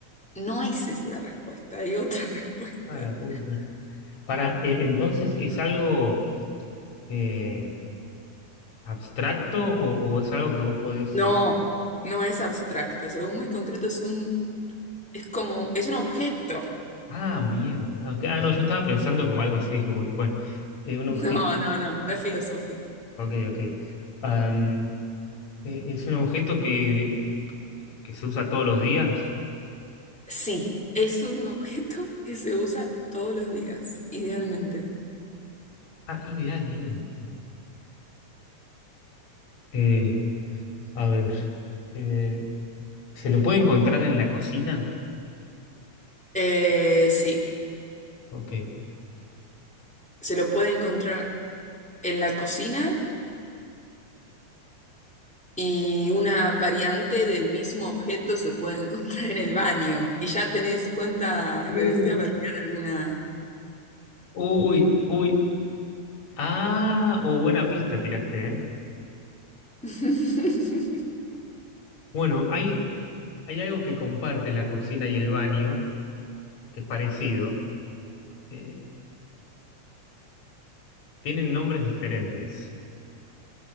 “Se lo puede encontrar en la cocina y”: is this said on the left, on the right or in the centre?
Centre